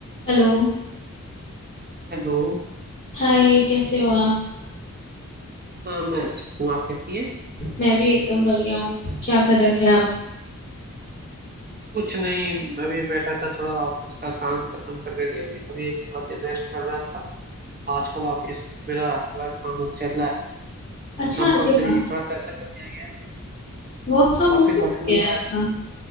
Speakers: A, on the left; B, on the right.
A: Hello
B: Hello
A: Hi कैसे हो आप
B: हाँ मैं अच्छी हूँ आप कैसी हैं
A: मैं भी एकदम बढ़िया हूँ क्या कर रहे थे आप
B: कुछ नहीं अभी बैठा था थोड़ा ऑफिस का काम खत्म करके के अभी अभी थोड़ा देर रेस्ट कर रहा था आजकल ऑफिस मेरा वर्क फ्रॉम होम चल रहा है
A: अच्छा
B: कंपलसरी
A: अरे वाह
B: थोड़ा सा ऐसा कर दिया गया
A: वर्क फ्रॉम
B: है
A: होम
B: ऑफिस
A: हो
B: ऑफिस
A: गया
B: में थोड़ा
A: है आपका
B: ऐसा